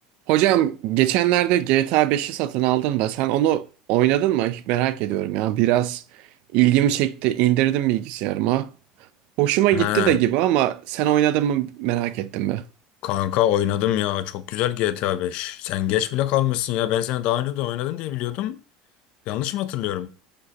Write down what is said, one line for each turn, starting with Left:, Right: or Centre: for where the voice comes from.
Right: Hocam geçenlerde GTA beşi satın aldım da sen onu oynadın mı? Hiç Merak ediyorum ya. Biraz ilgimi çekti. indirdim bilgisayarıma. Hoşuma gitti
Left: He,
Right: de gibi ama sen oynadın mı merak ettim be.
Left: kanka oynadım ya. Çok güzel GTA 5. Sen geç bile kalmışsın ya. Ben seni daha önce de oynadın diye biliyordum. Yanlış mı hatırlıyorum?